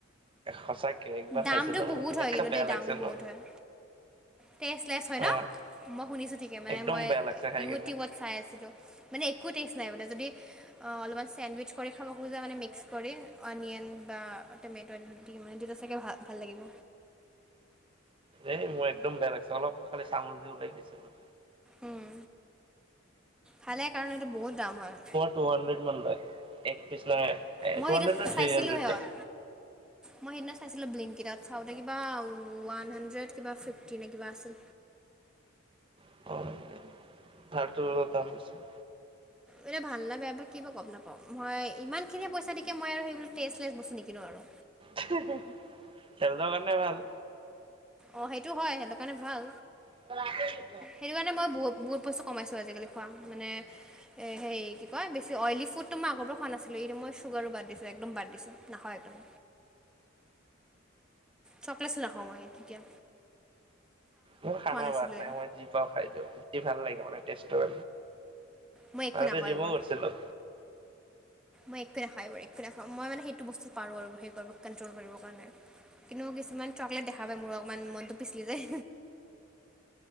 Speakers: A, on the right (about 25°); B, in the centre.
A: সঁচাকে একবাৰ
B: দামটো
A: খাইছিলো মই
B: বহুত
A: এনেকা
B: হয় কিন্তু
A: বেয়া
B: এই
A: লাগছে
B: দামটো
A: ন
B: বহুত হয়। টেষ্টলেছ হয়
A: অ
B: ন, মই শুনিছোঁ ঠিকে মানে
A: একদম
B: মই
A: বেয়া লাগছে খাই
B: ইউটিউবত
A: কেনে
B: চাই আছিলো মানে একো টেষ্ট নাই মানে যদি অহ অলপমান চেণ্ডউইচ কৰি খাব খোজা মানে মিক্স কৰি অনিয়ন বা টমেট দি মানে তেতিয়া চাগে ভা ভাল লাগিব।
A: এই মই একদম বেয়া লাগিছে অলপ খালি চামুজে ওলাই খাইছিলোঁ।
B: উম, ভালে কাৰণ এইটো বহুত দাম হয়।
A: টো হাণ্ড্ৰেড মান লই এক পিছ নাই
B: মই
A: টো হাণ্ড্ৰেড
B: এতিয়া
A: নাই
B: চাইছিলোঁ
A: থ্ৰী হণ্ড্ৰেড
B: সেহত
A: লই।
B: মই সেইদিনা চাইছিলোঁ ব্লিংকিতত চাওঁতে কিবা ওৱান হাণ্ড্ৰেড কিবা ফিফটি নে কিবা আছিল।
A: <unintelligible> ভাৰটো অলপ দাম বেছি।
B: এনে ভাল নে বেয়া বা কিবা গম নাপাওঁ মই ইমানখিনি পইচা দকে মই আৰু সেইবিলাক টেষ্টলেছ বস্তু নিকিনো আৰু।
A: <unintelligible> হেলদৰ কাৰনে ভাল।
B: অ সেইটো হয় সেইটো কাৰণে ভাল।
A: <unintelligible>
B: সেইটো কাৰণে মই, বহ বহুত বস্তু কমাইছো আজিকালি খোৱা, মানে হেৰি কি কয়, বেছি অইলী ফুডটো মই আগৰ পৰা খোৱা নাছিলোঁ, এই মই চুগাৰো বাদ দিছো একদম বাদ দিছোঁ নাখাও একদম। চকলেটছো নাখাওঁ মই তেতিয়া।
A: মোৰ খানা
B: নাছিলোঁৱে
A: বাত নাই, মই যি পাওঁ খাই দিওঁ, যি ভাল লাগে মানে টেষ্টৰ।
B: মই একো
A: আজি
B: নাখাওঁ
A: জিমও
B: এইবোৰ
A: গৈছিলো।
B: মই একো নাখাও এইবোৰ, একো নাখাওঁ মই মানে, সেইটো বস্তু পাৰো আৰু কণ্ট্ৰল কৰিবৰ কাৰণে। কিন্তু কিছুমান চকলেট দেখা পায়, মোৰ অকণমান মনটো পিচলি যায়।